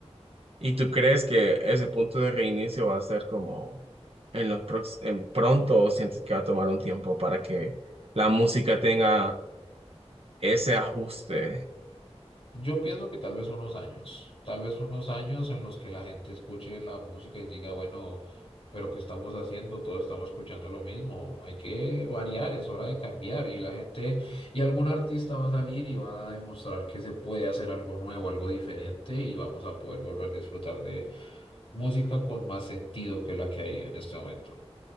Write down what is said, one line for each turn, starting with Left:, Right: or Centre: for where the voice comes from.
Right: ¿Y tú crees que ese punto de reinicio va a ser como en los prox- en pronto o sientes que va a tomar un tiempo para que la música tenga ese ajuste?
Left: Yo pienso que tal vez unos años, tal vez unos años en los que la gente escuche la música y diga, bueno, pero ¿qué estamos haciendo? Todos estamos escuchando lo mismo, hay que variar, es hora de cambiar y la gente, y algún artista va a salir y va a demostrar que se puede hacer algo nuevo, algo diferente y vamos a poder volver a disfrutar de música con más sentido que la que hay en este momento.